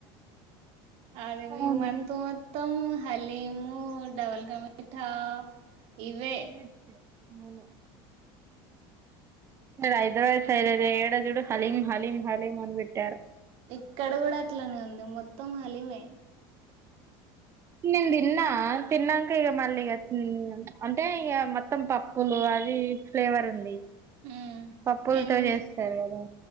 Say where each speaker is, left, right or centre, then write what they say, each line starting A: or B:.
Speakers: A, on the right (about 50°); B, on the right (about 25°).
A: అదే
B: అవును
A: ఈ మంత్ మొ త్తం హలీము డబల్కా మిఠా ఇవే
B: స్వీట్సే అవును హైదరాబాద్ సైడ్ అయితే ఏడజుడు హలీం హలీం హలీం అని పెట్టారు
A: ఇక్కడ కూడా అట్లనే ఉంది మొత్తం హాలిమే
B: నేను తిన్నా తిన్నాక ఇక మళ్ళీ ఇ అంటే ఇక మొత్తం పప్పులు అది ఫ్లేవర్ ఉంది
A: మ్మ్
B: పప్పులతో
A: ఇన్
B: చేస్తారు కదా